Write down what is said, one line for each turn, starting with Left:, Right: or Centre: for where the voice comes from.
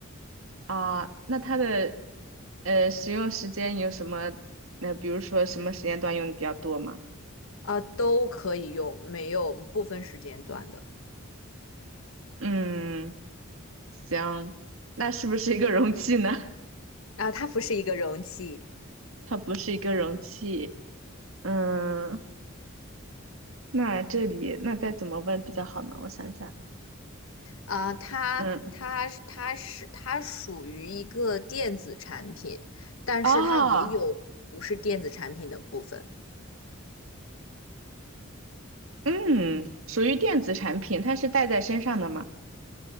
Right: 啊，那它的呃使用时间有什么？那比如说什么时间段用的比较多吗？
Left: 啊，都可以用，没有不分时间段的
Right: 嗯，行，那是不是一个容器呢？<laughs>
Left: 啊。它不是一个容器
Right: 它不是一个容器。嗯，那这里那再怎么问比较好呢？我想想，
Left: 啊，它它它是它属于一个电子产品，
Right: 嗯，
Left: 但是它也有不是电子产品的部分。
Right: 哦，嗯，属于电子产品，它是带在身上的吗？